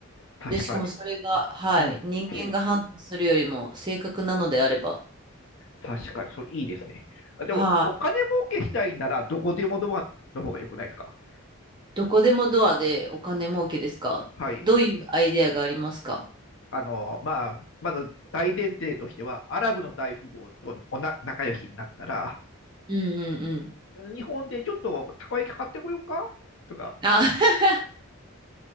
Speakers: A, on the left; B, on the right.
A: 確かに。
B: で、しかもそれが、はい、
A: うん、
B: 人間が判断するよりも正確なのであれば、
A: うん。確かに、それいいですね。あ、でも、
B: はい。
A: お金儲けしたいなら、どこでもドアの方が良くないですか
B: どこでもドアでお金儲けですかどういうアイデアがありますか
A: はい。あの、まあ、まず大前提としては、アラブの大富豪とおな仲良しになったら、
B: うんうんうん。
A: 日本でちょっとたこ焼き買ってこようかとか、
B: あ、<laughs>